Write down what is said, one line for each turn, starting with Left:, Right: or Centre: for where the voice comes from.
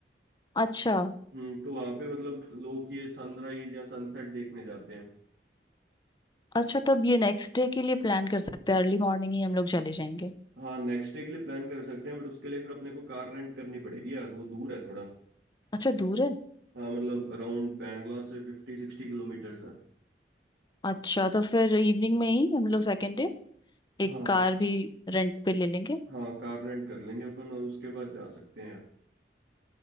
Left: अच्छा
Right: हम्म तो वहां पे मतलब लोग ये सनराइज या सनसेट देखने जाते हैं
Left: अच्छा तब ये नेक्स्ट डे के लिए प्लान कर सकते हैं अर्ली मॉर्निंग ही हम लोग चले जाएंगे
Right: हाँ नेक्स्ट डे के लिए प्लान कर सकते हैं बट उसके लिए फिर अपने को कार रेंट करनी पड़ेगी यार वो दूर है थोड़ा
Left: अच्छा दूर है
Right: हाँ मतलब अराउंड बैंगलोर से फिफ्टी सिक्सटी किलोमीटर्स है
Left: अच्छा तो फिर इवनिंग में ही हम लोग सेकेंड डे एक
Right: हाँ
Left: कार भी रेंट पे ले लेंगे
Right: हाँ कार रेंट कर लेंगे अपन और उसके बाद जा सकते हैं यार